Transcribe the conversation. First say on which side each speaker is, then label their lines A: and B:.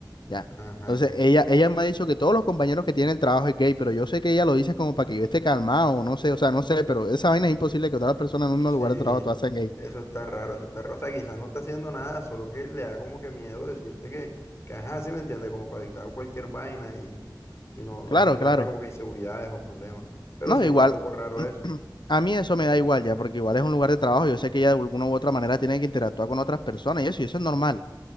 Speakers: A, on the left; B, on the left.
A: Ya.
B: ajá.
A: Entonces, ella, ella me ha dicho que todos los compañeros que tienen el trabajo es gay, pero yo sé que ella lo dice como para que yo esté calmado, no sé, o sea, no sé, pero esa vaina es imposible que otras personas en un
B: Sí,
A: mismo lugar de trabajo todas sean gay.
B: eso está raro, eso está raro. O sea, quizás no está haciendo nada, solo que le da como que miedo decirte que, que ajá, sí me entiende, como para evitar cualquier vaina y, y no, no
A: Claro,
B: generarte
A: claro.
B: como que inseguridades o problemas. Pero
A: No,
B: sí está
A: igual,
B: un poco raro
A: <clears throat>
B: eso.
A: a mí eso me da igual ya, porque igual es un lugar de trabajo, yo sé que ella de alguna u otra manera tiene que interactuar con otras personas y eso, y eso es normal.